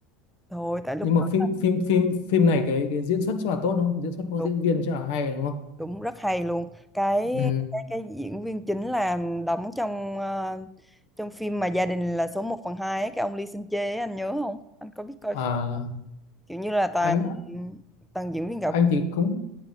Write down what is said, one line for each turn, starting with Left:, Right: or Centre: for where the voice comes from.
Centre: thôi tại lúc
Left: nhưng mà
Centre: đó
Left: phim phim phim phim này cái cái diễn xuất chắc là tốt đúng không diễn xuất của
Centre: đúng,
Left: diễn viên chắc là hay đúng không
Centre: đúng rất hay luôn cái
Left: ừ.
Centre: cái cái diễn viên chính là đóng trong ờ, trong phim mà gia đình là số một phần 2 ấy, cái ông Lee Seung Jae ấy, anh nhớ không anh có biết coi
Left: à,
Centre: phim đó không? kiểu như là toàn
Left: anh
Centre: toàn diễn viên gạo
Left: anh thì cũng